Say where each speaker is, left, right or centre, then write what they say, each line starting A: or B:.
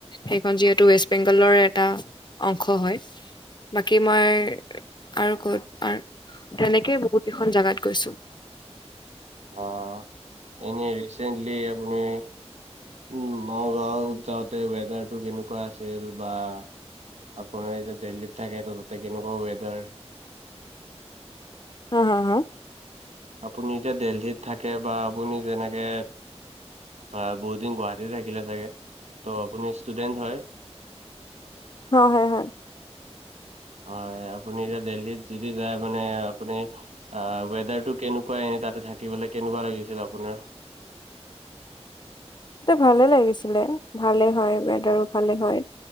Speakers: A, on the left (about 40°); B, on the right (about 85°).
A: সেইখন যিহেতু ৱেষ্ট বেংগলৰ এটা অংশ হয় বাকী মই আৰু ক'ত তেনেকেই বহুত কেইখন জাগাত গৈছোঁ।
B: অ', এনেই ৰিচেণ্টলি আপুনি উম নগাঁৱত যাওঁতে ৱেডাৰ টো কেনেকুৱা আছিল বা। আপুনি এতিয়া দিল্লীত থাকে তো তাতে কেনেকুৱা ৱেডাৰ
A: হ হা হা
B: আপুনি এতিয়া দেলহীত থাকে বা আপুনি যেনেকে অ', বহুত দিন গুৱাহাটীতে থাকিলে চাগে ত' আপুনি ষ্টুডেন্ট হয়।
A: হয়, হয়, হয়।
B: হয় আপুনি এতিয়া দিল্হীত যদি যায় মানে আপুনি অ', ৱেডাৰটো কেনেকুৱা এনেই তাতে থাকিবলৈ কেনেকুৱা লাগিছিল আপোনাৰ
A: তাতে ভালে লাগিছিলে ভালে হয় ৱেডাৰো ভালে হয়।